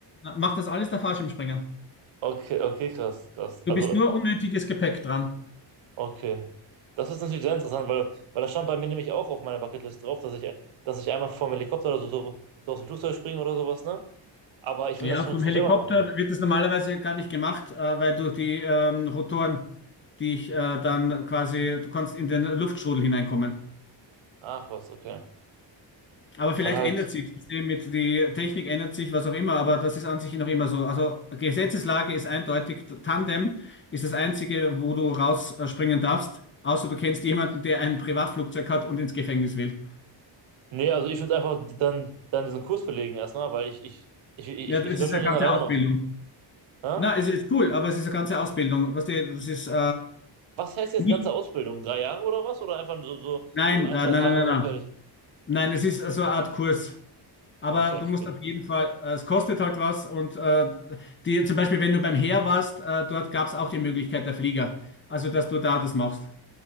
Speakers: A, on the left; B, on the right.
A: macht das alles der Fallschirmspringer.
B: Okay, okay, krass, krass.
A: Du
B: Also,
A: bist nur unnötiges Gepäck dran.
B: okay. Das ist natürlich sehr interessant, weil, weil das stand bei mir nämlich auch auf meiner Bucketlist drauf, dass ich, dass ich einmal vom Helikopter oder so, so, so aus dem Flugzeug springe oder sowas, ne? Aber ich will
A: Ja,
B: das schon,
A: vom
B: schon
A: Helikopter
B: selber machen.
A: wird das normalerweise gar nicht gemacht, äh, weil durch die ähm, Rotoren dich äh, dann quasi, du kannst in den Luftstrudel hineinkommen.
B: Ach was, okay.
A: Aber vielleicht
B: Dann halt.
A: ändert sich das System mit, die Technik ändert sich, was auch immer, aber das ist an sich noch immer so. Also Gesetzeslage ist eindeutig, Tandem ist das Einzige, wo du rausspringen darfst, außer du kennst jemanden, der ein Privatflugzeug hat und ins Gefängnis will.
B: Nee, also ich würde einfach dann, dann diesen Kurs belegen erstmal, weil ich, ich, ich, ich,
A: Ja, das
B: ich will das
A: ist
B: schon
A: eine
B: gerne
A: ganze
B: alleine
A: Ausbildung.
B: machen. Hä?
A: Na, es ist cool, aber es ist eine ganze Ausbildung. Was die, das ist äh,
B: Was heißt jetzt
A: nicht
B: ganze Ausbildung? Drei Jahre oder was? Oder einfach so, so,
A: Nein,
B: so ein,
A: nein,
B: zwei
A: nein,
B: Tage
A: nein,
B: und
A: nein.
B: dann fertig?
A: Nein, es ist so eine Art Kurs. Aber
B: Okay,
A: du musst
B: okay.
A: auf jeden Fall, äh, es kostet halt was. Und äh, die, zum Beispiel, wenn du beim Heer warst, äh, dort gab es auch die Möglichkeit der Flieger. Also, dass du da das machst.